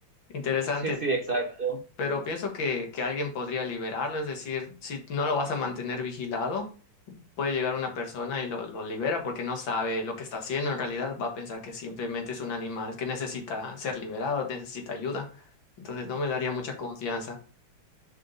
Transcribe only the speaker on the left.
interesante,
pero pienso que, que alguien podría liberarlo, es decir, si no lo vas a mantener vigilado. puede llegar una persona y lo, lo libera porque no sabe lo que está haciendo. En realidad va a pensar que simplemente es un animal que necesita ser liberado, necesita ayuda. Entonces no me daría mucha confianza.